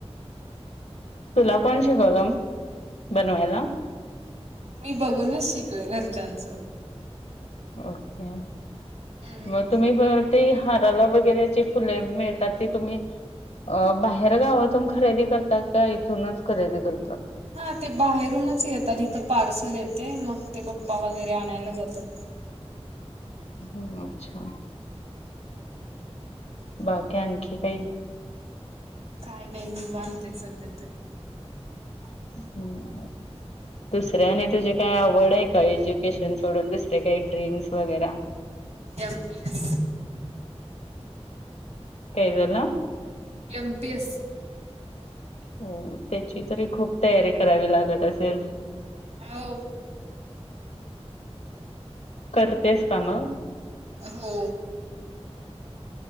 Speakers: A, on the left; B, on the right.
A: तुला कोण शिकवलं बनवाला?
B: मी बघूनच शिकले घरच्यांचं.
A: ओके
B: हम्म.
A: मग तुम्ही पर ते हाराला वगैरे जी फुले मिळतात ती तुम्ही अ बाहेर गावातून खरेदी करतात का इथूनच खरेदी करता?
B: हा ते बाहेरूनच येतात इथं पार्सल येते मग ते पप्पा वगैरे आणायला जातात.
A: होम् अच्छा. बाकी आणखी काही.
B: काय नाही निवांत हाय सध्यातरी.
A: हम्म. दुसऱ्याने तुझी काय आवड आहे का एज्युकेशन सोडून दुसरे काही ड्रीम्स? वगैरे
B: एम पी एस.
A: काय झाला?
B: एम पीएस स
A: हो त्याची तरी खूप तयारी करावी लागत असेल.
B: हो.
A: करतेस का म?
B: हो.